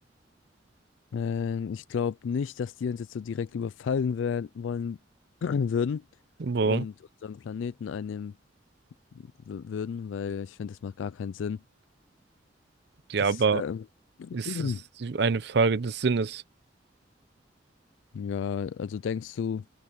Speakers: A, on the left (about 85°); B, on the right (about 60°).
A: Ähm, ich glaube nicht, dass die uns jetzt so direkt überfallen werden, wollen <clears throat> würden
B: Wo?
A: und unseren Planeten einnehmen w- würden, weil ich finde, das macht gar keinen Sinn.
B: Ja,
A: Das,
B: aber
A: ähm, <clears throat>
B: ist es eine Frage des Sinnes?
A: ja, also denkst du,